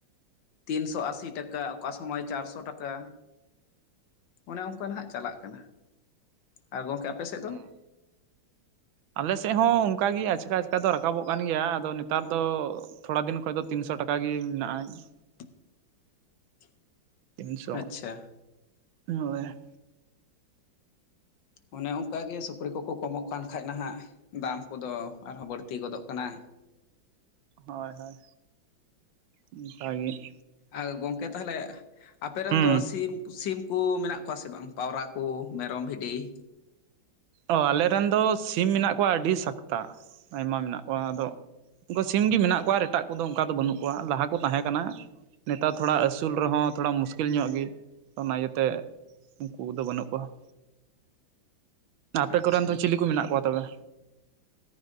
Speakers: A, on the left (about 70°); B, on the right (about 80°).
A: ᱛᱤᱱᱥᱚ ᱟᱥᱤ ᱴᱟᱠᱟ ᱚᱠᱟ ᱥᱚᱢᱚᱭ ᱪᱟᱨᱥᱚ ᱴᱟᱠᱟ? ᱚᱱᱮ ᱚᱱᱠᱟ ᱱᱟᱦᱟᱸᱜ ᱪᱟᱞᱟᱜ ᱠᱟᱱᱟ ᱾ ᱟᱨ ᱜᱚᱝᱠᱮ ᱟᱯᱮ ᱥᱮᱫ ᱫᱚ?
B: ᱚ ᱟᱞᱮ ᱥᱮᱫ ᱦᱚᱸᱼᱼ ᱚᱱᱠᱟ ᱜᱮ ᱟᱪᱠᱟ ᱟᱪᱠᱟ ᱫᱚ ᱨᱟᱠᱟᱵᱚᱜ ᱠᱟᱱ ᱜᱮᱭᱟ, ᱟᱫᱚ ᱱᱮᱛᱟᱨ ᱫᱚ ᱛᱷᱚᱲᱟ ᱫᱤᱱ ᱠᱷᱚᱱ ᱫᱚ ᱛᱤᱱᱥᱚ ᱴᱟᱠᱟ ᱜᱮ ᱢᱮᱱᱟᱜᱼᱟ ᱾
A: <inaudible>
B: ᱛᱤᱱᱥᱚ
A: ᱟᱪᱪᱷᱟ
B: ᱦᱳᱭ ᱾
A: ᱚᱱᱮ ᱚᱱᱠᱟ ᱜᱮ ᱥᱩᱠᱨᱤ ᱠᱚᱠᱚ ᱠᱚᱢᱚᱜ ᱠᱟᱱ ᱠᱷᱟᱡ ᱱᱟᱦᱟᱜ ᱫᱟᱢ ᱠᱚᱫᱚ ᱟᱨᱦᱚᱸ ᱵᱟᱹᱲᱛᱤ ᱜᱚᱫᱚᱜ ᱠᱟᱱᱟ ᱾
B: ᱦᱳᱭ ᱦᱳᱭ, ᱚᱱᱠᱟ ᱜᱮ ᱾
A: ᱟᱨ ᱜᱚᱝᱠᱮ ᱛᱟᱦᱚᱞᱮ ᱟᱯᱮ ᱨᱮᱱ
B: ᱦᱩᱸ
A: ᱫᱚ ᱥᱤᱢᱼᱼ ᱥᱤᱢ ᱠᱚ ᱢᱮᱱᱟᱜ ᱠᱚᱣᱟ ᱥᱮ ᱵᱟᱝ? ᱯᱟᱣᱨᱟ ᱠᱚ ᱢᱮᱨᱚᱢ, ᱵᱷᱤᱰᱤ ᱾
B: ᱚ, ᱟᱞᱮ ᱨᱮᱱ ᱫᱚ ᱥᱤᱢ ᱢᱮᱱᱟᱜ ᱠᱚᱣᱟ ᱟᱹᱰᱤ ᱥᱟᱠᱛᱟ ᱟᱭᱢᱟ ᱢᱮᱱᱟᱜ ᱠᱚᱣᱟ ᱟᱫᱚᱼᱼ ᱩᱱᱠᱩ ᱥᱤᱢ ᱜᱮ ᱢᱮᱱᱟᱜ ᱠᱚᱣᱟ, ᱮᱴᱟᱜ ᱠᱚᱫᱚ ᱚᱱᱠᱟ ᱫᱚ ᱵᱟᱹᱱᱩᱜ ᱠᱚᱣᱟ ᱞᱟᱦᱟ ᱠᱚ ᱛᱟᱦᱮᱸ ᱠᱟᱱᱟ ᱾ ᱱᱮᱛᱟᱨ ᱛᱷᱚᱲᱟ ᱟᱹᱥᱩᱞ ᱨᱮ ᱦᱚᱸ ᱛᱷᱚᱲᱟ ᱢᱩᱥᱠᱤᱞ ᱧᱚᱜ ᱜᱮ ᱚᱱᱟ ᱤᱭᱟᱹ ᱛᱮ ᱾ ᱩᱱᱠᱩ ᱠᱚᱫᱚ ᱵᱟᱹᱱᱩᱜ ᱠᱚᱣᱟ ᱾ ᱟᱯᱮ
A: ᱟᱪᱪᱷᱟ
B: ᱠᱚᱨᱮᱱ ᱫᱚ ᱪᱤᱞᱤ ᱠᱚ ᱢᱮᱱᱟᱜ ᱠᱚᱣᱟ ᱛᱚᱵᱮ